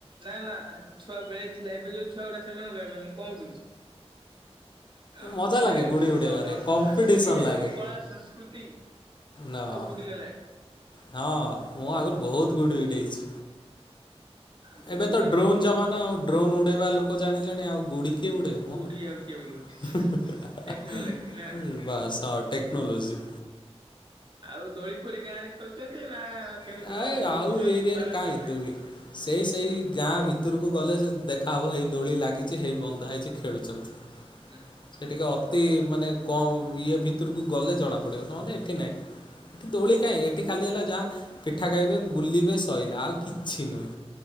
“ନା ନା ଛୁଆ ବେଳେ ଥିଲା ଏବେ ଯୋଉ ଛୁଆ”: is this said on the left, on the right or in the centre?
Right